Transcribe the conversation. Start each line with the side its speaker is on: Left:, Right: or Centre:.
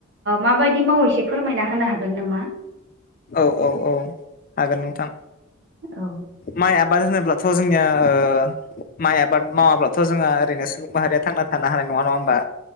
Right: माबायदि मावो एसे फोरमायना होनो हागोन नामा?
Left: औ औ औ हागोन नोंथां।
Right: औ
Left: माइ आबाद होनोबाथ जोंनिया ओ माइ आबाद मावाब्लाथ' जोंहा ओरैनो सुबुं माहारिया थांना थानो हानाय नङा नङा होमबा।